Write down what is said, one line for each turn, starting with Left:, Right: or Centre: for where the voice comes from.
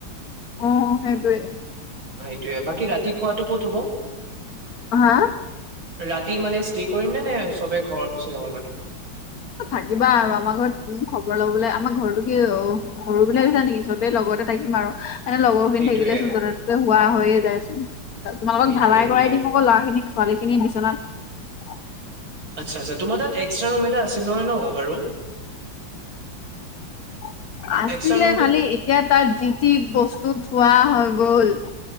Left: অ' সেইটোৱে।
Right: সেইয়ে বাকী ৰাতি খোৱাটো ক'ত হ'ব?
Left: হা
Right: ৰাতি মানে ষ্টে কৰিম নে নে চবে ঘৰত গুচি যাব মানে।
Left: থাকিবা আৰু আমাৰ ঘৰত উ খবৰ লবলে আমাৰ ঘৰতটো‌ কি অ' সৰু বুলি ভাবিছা নেকি চবে লগৰ লগতে থাকিম আৰু। এনে লগৰ খিনি
Right: সেইটোয়ে।
Left: থাকিলেচোন ত'তে ততে হোৱা হৈয়ে যায়চোন তোমালোকক
Right: সেইটোয়ে
Left: ঢালাই
Right: সেইটোয়ে
Left: কৰাই দিম আকৌ ল'ৰা খিনিক ছোৱালীখিনি বিচনাত
Right: আচ্ছা আচ্ছা তোমাৰ তাত এক্সট্ৰা ৰুম এটা আছিল নহয় ন বাৰু
Left: <inaudible> আছিলে
Right: এক্সট্ৰা ৰুমটোত
Left: খালি এতিয়া তাত যি টি বস্তু থোৱা হৈ গ'ল।